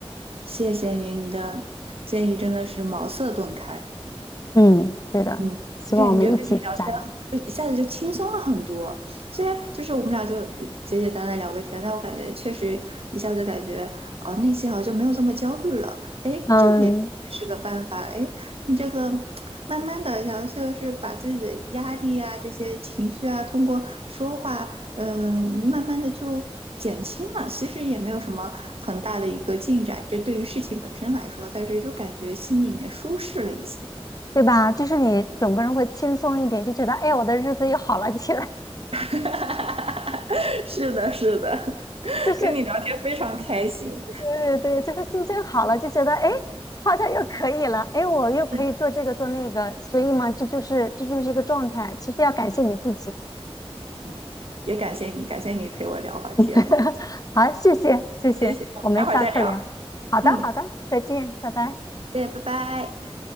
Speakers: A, on the right; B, on the left.
A: 谢谢你，你的建议真的是茅塞顿开。
B: 嗯，对的，
A: 嗯，
B: 希望我们一起加油。
A: 感觉跟你聊天很，就一下子就轻松了很多。虽然就是我们俩就简简单单聊个天，但我感觉确实一下子感觉啊、内心好像就没有这么焦虑了。哎，
B: 嗯，
A: 这个也是个办法。哎，你这个慢慢的，然后就是把自己的压力啊、这些情绪啊，通过说话，嗯、你慢慢的就减轻了。其实也没有什么很大的一个进展，这对于事情本身来说，但是就感觉心里面舒适了一些。
B: 对吧？就是你整个人会轻松一点，就觉得哎，我的日子又好了起来。
A: <laughs> 是的，是的，
B: <laughs> 就是
A: 跟你聊天非常开心。
B: 对对对，就是心情好了，就觉得哎，诶好像又可以了，哎，我又可以做这个做那个，
A: 嗯
B: 所以嘛，这就是这就是一个状态。其实要感谢你自己。
A: 嗯，也感谢你，感谢你陪我聊会儿天。
B: <laughs> 好，谢谢谢谢，
A: 谢谢，我们待会儿再聊。
B: 我们下次聊。好的好的，
A: 嗯，
B: 再见，拜拜。
A: 谢谢，拜拜。